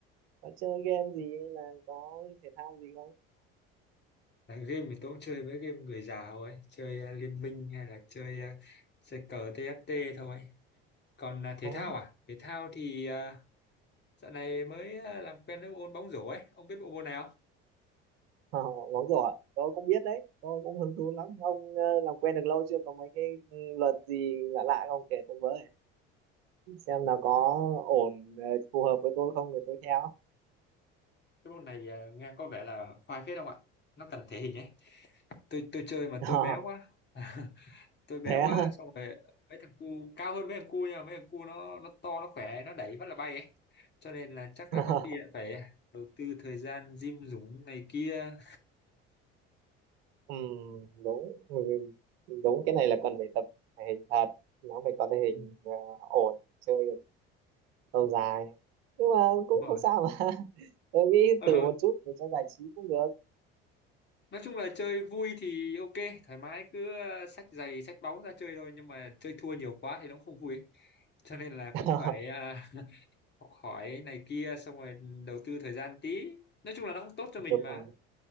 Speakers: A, on the right; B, on the left.
A: Có chơi game gì hay là có thể thao gì không?
B: À, game thì tôi cũng chơi mấy game người già thôi. Chơi à, Liên Minh hay là chơi, à, chơi cờ TFT thôi. Còn à, thể
A: Có.
B: thao
A: <laughs>
B: à? Thể thao thì à, dạo này mới à, làm quen với bộ môn bóng rổ ấy. Ông biết bộ môn này
A: Ờ, Bóng rổ, ạ. tôi cũng biết đấy, tôi cũng hứng thú lắm. Ông ờ, làm quen được lâu chưa? Có mấy cái ừ, luật gì lạ lạ không kể tôi với? Xem nào có ổn ờ, phù hợp với tôi không thì tôi theo.
B: cái môn này à, nghe có vẻ là khoai phết không ạ nó cần thể hình ấy tôi tôi chơi mà
A: <laughs>
B: tôi bé quá tôi bé
A: thế
B: quá
A: á
B: xong rồi mấy thằng cu cao hơn mấy thằng cu nha mấy thằng cu nó nó to nó khỏe nó đẩy rất là bay ấy cho nên là chắc
A: <laughs>
B: là có khi lại phải đầu tư thời gian gym dũng này kia
A: Ừm, đúng người- đúng cái này là cần phải tập thể hình thật nó phải có thể hình
B: ừ,
A: ờ, ổn chơi được lâu dài nhưng mà cũng
B: đúng rồi
A: không sao mà <laughs> tôi nghĩ
B: ờ,
A: thử một chút để cho giải trí cũng được
B: nói chung là chơi vui thì ok thoải mái cứ ờ, xách giày xách bóng ra chơi thôi nhưng mà chơi thua nhiều quá thì nó cũng không vui ấy. cho nên là
A: <laughs>
B: cũng phải à, học hỏi này kia xong rồi đầu tư thời gian tí nói chung là nó cũng tốt cho mình
A: đúng
B: mà
A: rồi